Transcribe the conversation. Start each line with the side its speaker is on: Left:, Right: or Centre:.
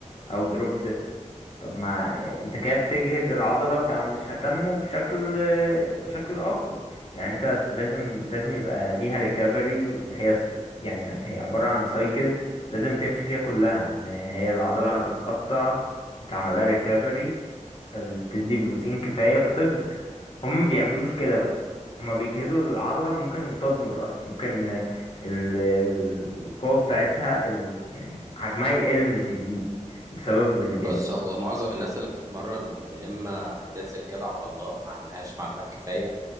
Left: او دروب ست طب ما آه، انت كده بتجهد العضلة فمش هتنمو بشكل آه، بشكل أقوى يعني انت لازم لازم يبقى ليها ريكفري هي س- يعني هي عبارة عن سايكل لازم تمشي فيها كلها ان هي العضلة هتتقطع يتعمل لها ريكفري تدي بروتين كفاية فتكبر هم ما بيعملوش كده بقى هما بيجهدوا العضلة ممكن تضمر أصلا ممكن ال- ال- القوة بتاعتها ال... يعني حجمها يقل مش يزيد بسبب اللي بيعمله
Right: بص هو معظم الناس اللي بتتمرن يا اما بتنزل كده على الله ما عندهاش معلومات كفايه